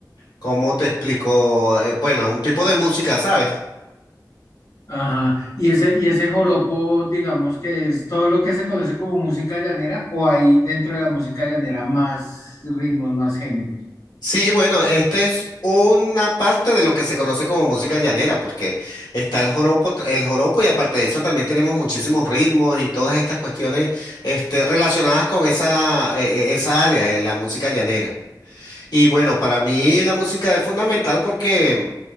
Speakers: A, on the left (about 80°); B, on the left (about 55°).
A: ¿cómo te explico? Eh, bueno, un tipo de música, ¿sabes?
B: Ajá. ¿Y ese, y ese joropo, digamos que es todo lo que se conoce como música llanera o hay dentro de la música llanera más ritmos, más géneros?
A: Sí, bueno, este es una parte de lo que se conoce como música llanera, porque está el joropo, t- el joropo y aparte de eso también tenemos muchísimos ritmos y todas estas cuestiones este, relacionadas con esa, eh, eh, esa área de la música llanera. Y bueno, para mí la música es fundamental porque